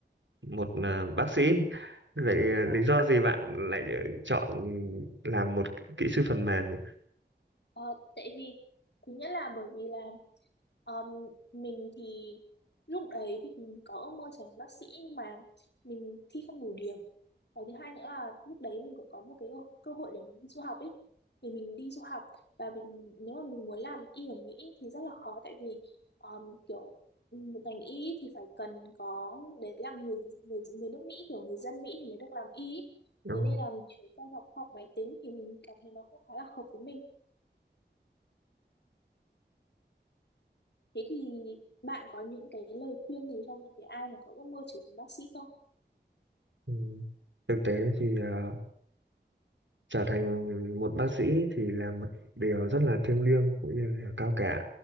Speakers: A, on the right; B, on the left.
A: một à, bác sĩ. Vậy à,
B: ờ,
A: lý do gì bạn lại chọn làm một kỹ kỹ sư phần mềm? nhỉ?
B: ờ, tại vì thứ nhất là bởi vì là ờm, mình thì lúc đấy mình có ước mơ trở thành bác sĩ nhưng mà mình thi không đủ điểm Cái thứ hai nữa là lúc đấy mình cũng có một cái cơ hội để mình đi du học ấy. Thì mình đi du học và mình nếu mà mình muốn làm y ở Mỹ thì rất là khó tại vì um, kiểu một ngành y thì phải cần có đấy là người người người nước Mỹ kiểu người dân Mỹ thì mới được làm y. ấy.
A: Ờ,
B: Thế nên là mình chuyển sang học khoa học máy tính thì mình cảm thấy nó cũng khá là hợp với mình. Thế thì bạn có những cái lời khuyên gì cho những cái ai mà có ước mơ trở thành bác sĩ không?
A: ừ. Thực tế thì à, trở thành một bác sĩ thì là một điều rất là thiêng liêng cũng như là cao cả.